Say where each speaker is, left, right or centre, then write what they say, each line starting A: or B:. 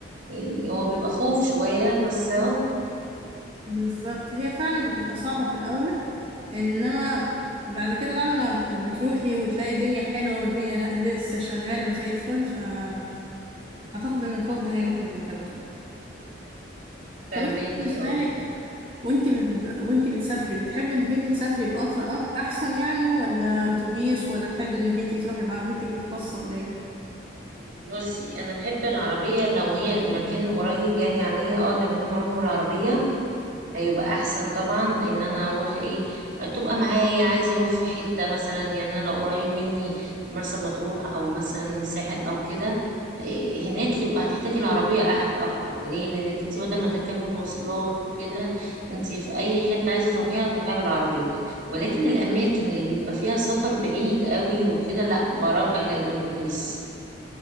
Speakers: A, on the right; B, on the right.
A: يعني هو بيبقى خوف شوية بس أهو
B: بالظبط هي فعلا بتبقى صعبة في الأول إنما بعد كده بعد ما ب- بتروحي وتلاقي الدنيا حلوة والدنيا لا- لسه شغالة وزي الفل فأعتقد إن الخوف ده هيروح منك على طول
A: فهماكي
B: طب أنت بالنسبة
A: اه
B: لك وأنت ب... وأنت بتسافري بتحبي إنك أنت تسافري بقطر أك- أحسن يعني ولا أتوبيس ولا تحبي إنك أنت تروحي بعربيتك الخاصة ولا إيه؟
A: بصي أنا بحب العربية لو هي المكان قريب يعني عليا أقدر إن أنا أروح بالعربية هيبقى احسن طبعا ان انا اروح ايه تبقى معايا عايزه اروح في حته مثلا يعني انا لو قريب مني مرسى مطروح او مثلا ساحل او كده إيه، هناك يبقى هتحتاجي العربيه أح- اكتر ليه لانك انت بدل ما تركبي مواصلات وكده انت في اي حته عايزه تروحيها تروحيها بالعربيه ولكن الاماكن اللي بيبقى فيها سفر بعيد قوي وكده لا برجح الاتوبيس